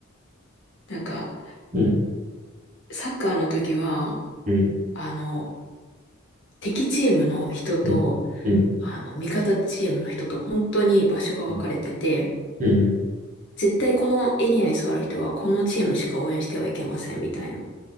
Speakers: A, on the left (about 60°); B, on the right (about 40°).
A: なんか、
B: うん。
A: サッカーの時は、
B: うん。
A: あの、敵チームの人と、
B: うん。うん。
A: あの、味方チームの人と本当に場所が分かれてて、
B: うん。うん
A: 絶対このエリアに座る人はこのチームしか応援してはいけませんみたいな